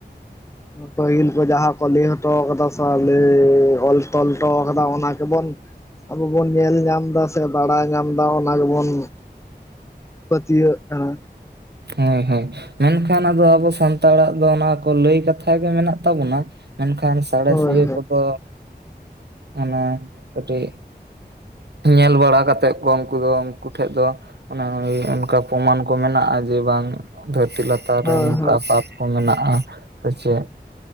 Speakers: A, on the left (about 15°); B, on the right (about 70°).
A: ᱯᱟᱹᱦᱤᱞ ᱠᱚ ᱡᱟᱦᱟᱸ ᱠᱚ ᱞᱟᱹᱭ ᱦᱚᱴᱚ ᱠᱟᱫᱟ ᱥᱮ ᱥᱟᱹᱣ ᱚᱞ ᱛᱚᱞ ᱦᱚᱴᱚ ᱠᱟᱫᱟ ᱚᱱᱟ ᱠᱚᱵᱚᱱ ᱟᱵᱚ ᱵᱚᱱ ᱧᱮᱞ ᱧᱟᱢ ᱫᱟ ᱥᱮ ᱵᱟᱲᱟᱭ ᱧᱟᱢᱫᱟ ᱚᱱᱟ ᱜᱮᱵᱚᱱ ᱯᱟᱹᱛᱭᱟᱹᱜ ᱠᱟᱱᱟ᱾
B: ᱦᱳᱭ ᱦᱳᱭ᱾ ᱢᱮᱱᱠᱷᱟᱱ ᱟᱫᱚ ᱟᱵᱚ ᱥᱟᱱᱛᱟᱲᱟᱜ ᱫᱚ ᱚᱱᱟ ᱠᱚ ᱞᱟᱹᱭ ᱠᱟᱛᱷᱟ ᱜᱮ ᱢᱮᱱᱟᱜ ᱛᱟᱵᱚᱱᱟ ᱢᱮᱱᱠᱷᱟᱱ ᱥᱟᱬᱮᱥᱤᱭᱟᱹ
A: ᱦᱳᱭ ᱦᱳᱭ
B: ᱠᱚᱫᱚ ᱚᱱᱟ ᱠᱟᱹᱴᱤᱡ ᱧᱮᱞ ᱵᱟᱲᱟ ᱠᱟᱛᱮᱫ ᱠᱚ ᱩᱱᱠᱩ ᱫᱚ ᱩᱱᱠᱩ ᱴᱷᱮᱡ ᱫᱚ ᱚᱱᱮ ᱤᱭᱟᱹ ᱚᱱᱠᱟ ᱯᱨᱚᱢᱟᱱ ᱠᱚ ᱢᱮᱱᱟᱜᱼᱟ ᱡᱮ ᱵᱟᱝ ᱫᱷᱟᱹᱨᱛᱤ ᱞᱟ ᱛᱟᱨ
A: ᱦᱳᱭ
B: ᱨᱮ ᱱᱚᱝᱠᱟ
A: ᱦᱳᱭ
B: ᱯᱟᱛ ᱠᱚ ᱢᱮᱱᱟᱜᱼᱟ, ᱥᱮ ᱪᱮᱫ?